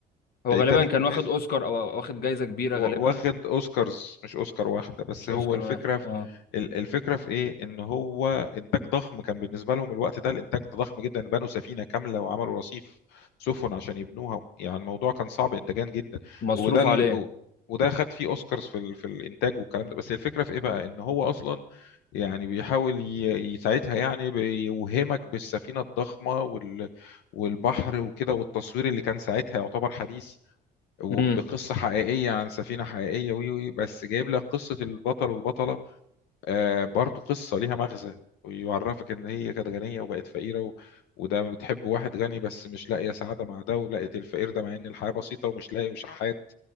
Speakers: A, on the left (about 65°); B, on the left (about 85°).
A: هو
B: تايتانيك
A: غالبا كان
B: بالنسبه
A: واخد اوسكار او أو واخد جايزه كبيره
B: و-
A: غالبا
B: واخد اوسكارز مش اوسكار واحده بس
A: مش اوسكار
B: هو الفكره
A: اه
B: في
A: آه.
B: ال- الفكره في ايه ان هو انتاج ضخم كان بالنسبه لهم الوقت ده الانتاج ده ضخم جدا بنوا سفينه كامله وعملوا رصيف سفن عشان يبنوها يعني الموضوع كان صعب انتاجيا جدا
A: مصروف
B: وده اللي
A: عليه
B: وده خد فيه اوسكارز في ال- في الانتاج والكلام ده بس الفكره في ايه بقى ان هو اصلا يعني بيحاول ي- يساعدها يعني بيوهمك بالسفينة الضخمة وال... والبحر وكده والتصوير اللي كان ساعتها يعتبر حديث وبقصة
A: امم
B: حقيقية عن سفينة حقيقية وي وي بس جايب لك قصة البطل والبطلة آه برضو قصة ليها مغزى ويعرفك ان هي كانت غنية وبقت فقيرة و... وده بتحب واحد غني بس مش لاقية سعادة مع ده ولقيت الفقير ده مع ان الحياة بسيطة ومش لاقي وشحات